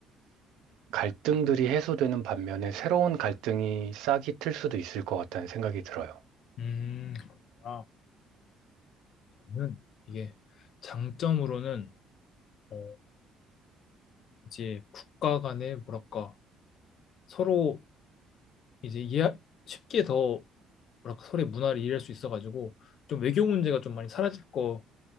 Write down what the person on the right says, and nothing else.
갈등들이 해소되는 반면에 새로운 갈등이 싹이 틀 수도 있을 것 같다는 생각이 들어요.